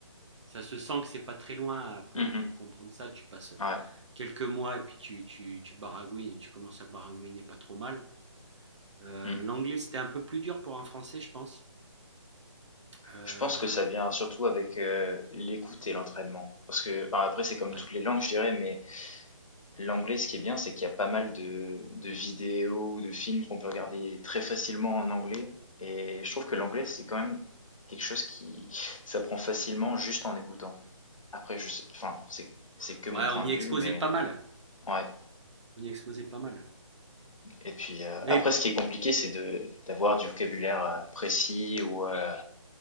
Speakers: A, on the right; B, on the left.
A: Ça se sent que c'est pas très loin pour,
B: Mhm.
A: pour comprendre ça. Tu passes
B: Ouais.
A: quelques mois et puis tu, tu, tu baragouines et tu commences à baragouiner pas trop mal. Euh,
B: Mm.
A: l'anglais, c'était un peu plus dur pour un français, je pense. Euh,
B: Je pense que ça vient surtout avec euh, l'écoute et l'entraînement. Parce que enfin, après c'est comme
A: ouais.
B: toutes les langues je dirais, mais l'anglais ce qui est bien c'est qu'il y a pas mal de, de vidéos, de films qu'on peut regarder très facilement en anglais et je trouve que l'anglais c'est quand même quelque chose qui s'apprend facilement juste en écoutant. Après, je sais, enfin, c'est c'est que mon
A: Ouais,
B: point
A: on
B: de
A: y
B: vue,
A: exposait
B: mais
A: pas mal.
B: euh, ouais.
A: On y exposait pas mal.
B: Et puis euh,
A: Mais
B: après, ce qui est compliqué, c'est de d'avoir du vocabulaire euh, précis ou euh,